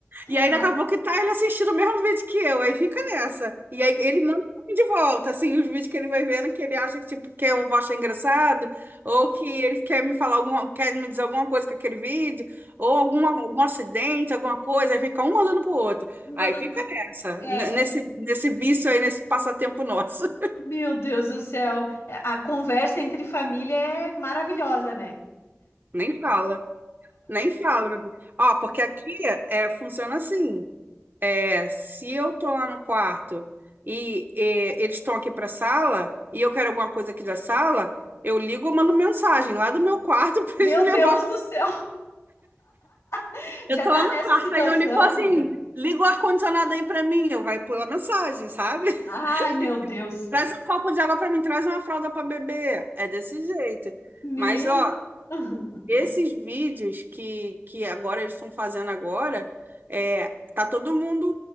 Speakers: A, on the right; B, on the left.
A: E aí
B: Ma-
A: daqui a pouco tá ele assistindo o mesmo vídeo que eu, aí fica nessa. E aí ele manda de volta, assim, os vídeos que ele vai vendo que ele acha que, tipo, que eu vou achar engraçado, ou que ele quer me falar alguma, quer me dizer alguma coisa com aquele vídeo, ou algum, algum acidente, alguma coisa, aí fica um mandando pro outro.
B: mandando
A: Aí fica
B: pro-
A: nessa,
B: É,
A: n- nesse, nesse vício aí, nesse passatempo nosso. <laughs>
B: Meu Deus do céu, a conversa entre família é maravilhosa, né?
A: Nem fala, nem fala, meu Deus. Ó, porque aqui é, funciona assim. É, se eu tô lá no quarto e, é, eles estão aqui pra sala e eu quero alguma coisa aqui da sala, eu ligo ou mando mensagem lá do meu quarto <laughs> pra
B: Meu
A: eles me
B: Deus
A: levar. alguma-
B: do céu, <laughs>
A: Eu
B: já
A: tô
B: tá
A: lá no
B: nessa
A: quarto,
B: situação,
A: aí eu ligo e falo assim,
B: amiga?
A: liga o ar-condicionado aí pra mim, eu vai pular mensagem, sabe? <laughs>
B: Ai, meu Deus.
A: Traz um copo de água pra mim, traz uma fralda pra beber. É desse jeito.
B: Meu.
A: Mas, ó,
B: <laughs>
A: Esses vídeos que, que agora eles estão fazendo agora, é, tá todo mundo